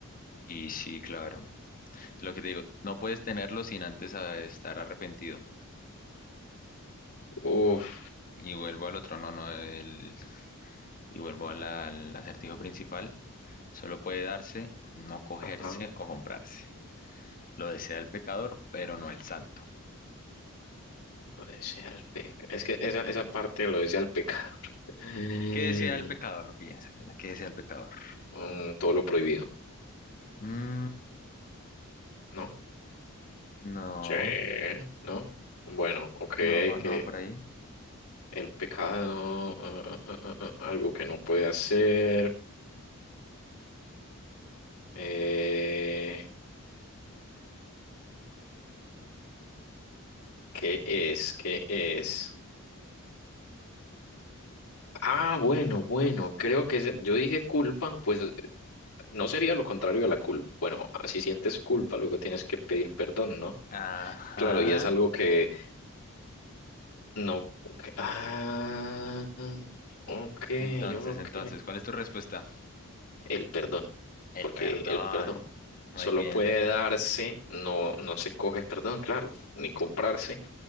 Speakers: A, on the left; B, on the left.
A: Y sí, claro. Lo que te digo, no puedes tenerlo sin antes a- estar arrepentido.
B: Uf,
A: Y vuelvo al otro, no, no, el- y vuelvo a la- al acertijo principal. Solo puede darse, no cogerse
B: ajá,
A: o comprarse. Lo desea el pecador, pero no el santo.
B: lo desea el pecado. Es que esa, esa parte lo desea el pecador. <laughs> Mm,
A: ¿Qué desea el pecador? Piensa, piensa, ¿qué desea el pecador?
B: mm, todo lo prohibido,
A: Mm,
B: ¿no?
A: no,
B: Sí, ¿no? Bueno, ok, que
A: no va, no va por ahí.
B: el pecado, ah, ah, ah, ah, ah, algo que no puede hacer, eh, ¿qué es? ¿Qué es? Ah, bueno, bueno, creo que ese- yo dije culpa, pues eh, no sería lo contrario de la culpa. Bueno, si sientes culpa, luego tienes que pedir perdón, ¿no?
A: Ajá.
B: Claro, y es algo que no. ok, Ah, ok,
A: Entonces,
B: ok.
A: entonces, ¿cuál es tu respuesta?
B: El perdón,
A: El
B: porque
A: perdón.
B: el perdón
A: Muy
B: solo
A: bien.
B: puede darse, no, no se coge perdón, claro, ni comprarse.